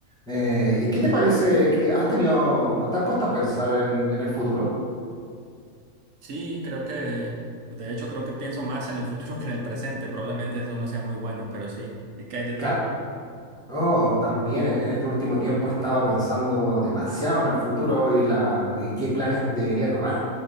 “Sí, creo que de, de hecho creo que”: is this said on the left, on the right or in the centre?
Right